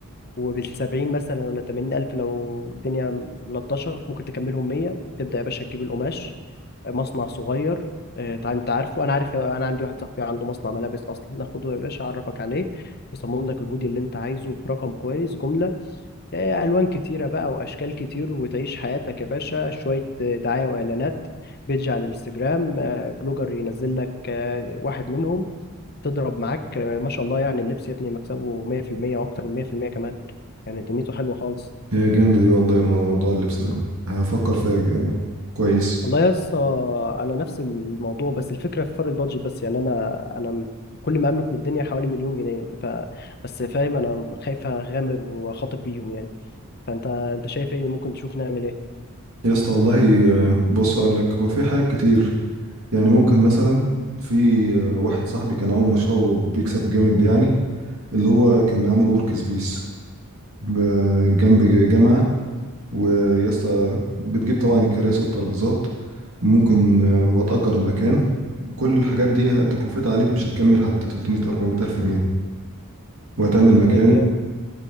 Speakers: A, on the left; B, on the right.
A: وبالسبعين مثلا ولا تمانين ألف لو الدنيا ملطشة ممكن تكملهم مية تبدأ يا باشا تجيب القماش مصنع صغير آه، تع- انت عارفه انا عارف انا عندي واحد صاحبي عنده مصنع ملابس اصلا ناخده يا باشا اعرفك عليه يصمم لك الهودي اللي انت عايزه برقم كويس جمله آه، الوان كتيره بقى واشكال كتير وتعيش حياتك يا باشا شويه آه، دعايه واعلانات بيدج على الانستجرام آه، بلوجر ينزل لك آه، واحد منهم تضرب معاك آه، ما شاء الله يعني اللبس يا ابني مكسبه 100% واكتر من 100% كمان يعني دنيته حلوه خالص
B: هي جامدة دي والله موضوع اللبس ده هفكر فيها جامد. كويس
A: والله يا اسطى انا نفس الموضوع بس الفكره في فرق البادجت بس يعني انا انا م- كل ما املك من الدنيا حوالي مليون جنيه ف... بس فاهم انا خايف اغامر واخاطر بيهم يعني فانت انت شايف ايه ممكن تشوف نعمل ايه
B: يا اسطى والله آه، بص اقول لك هو في حاجات كتير يعني ممكن مثلا في آه، واحد صاحبي كان عامل مشروع وبيكسب جامد يعني اللي هو كان عامل ورك سبيس جنب ج- جامعة ويا اسطى بتجيب طبعا الكراسي والترابيزات ممكن آه، وهتأجر المكان كل الحاجات دي تكلفتها عليك مش هتكمل حتى 300 400 ألف جنيه وهتعمل
A: طب والله
B: مكان
A: جامد